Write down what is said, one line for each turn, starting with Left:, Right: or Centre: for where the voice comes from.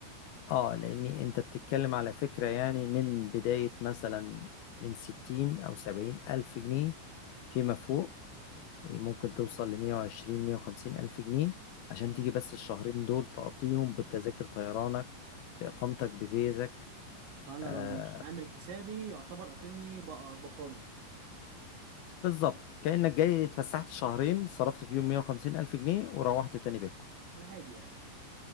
Left: اه لاني انت بتتكلم على فكرة يعني من بداية مثلا من 60 او 70 الف جنيه فيما فوق يعني ممكن توصل لمية وعشرين مية وخمسين ألف جنيه عشان
Right: آه.
Left: تيجي بس الشهرين دول تقضيهم بتذاكر طيرانك بإقامتك بفيزك
Right: فانا
Left: آه
Right: لو مش عامل حسابي يعتبر اكني بق- بقامر
Left: بالظبط كأنك جاي اتفسحت شهرين صرفت فيهم مية وخمسين ألف جنيه وروحت تاني بيتكم
Right: على عادي يعني